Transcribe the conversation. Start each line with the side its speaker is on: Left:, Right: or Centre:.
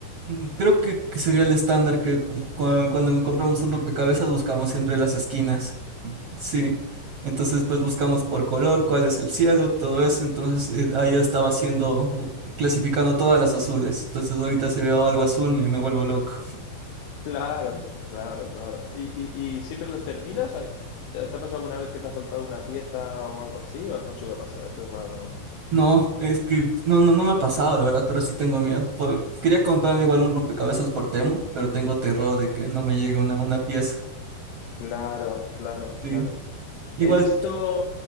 Right: Mm, Creo que, que sería el estándar que cu- cua- cuando compramos un rompecabezas buscamos siempre las esquinas. Sí.
Left: Sí,
Right: Entonces, pues buscamos por color, cuál es el cielo, todo eso. Entonces, eh, ayer estaba haciendo, bu- clasificando todas las azules. Entonces, ahorita si veo algo azul, me, me vuelvo loco.
Left: claro, claro, claro. ¿Y, y- y siempre los terminas? ¿Hay- ¿Te, te ha pasado alguna vez que te ha faltado una pieza o algo así? ¿O no suele pasar? Eso es raro, ¿no?
Right: No, es que no, no, no me ha pasado, la verdad, pero sí tengo miedo. Por- quería comprarme igual un rompecabezas por Temu, pero tengo terror de que no me llegue una, una pieza.
Left: Claro, claro, claro.
Right: Sí. Igual
Left: He visto